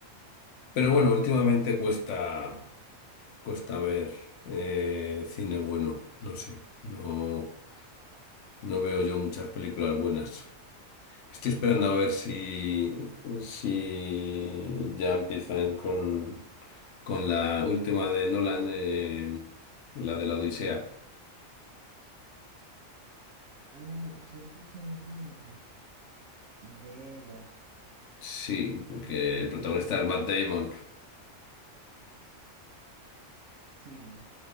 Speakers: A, on the left; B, on the right.
A: Pero bueno, últimamente cuesta, cuesta ver eh, cine bueno, no sé, no, no veo yo muchas películas buenas. Estoy esperando a ver si, si ya empiezan con, con la última de Nolan, eh, la de la Odisea.
B: Uh, sí escuché de, de ella.
A: Sí,
B: su-
A: que el
B: debería
A: protagonista
B: estar,
A: es Matt Damon.
B: sí,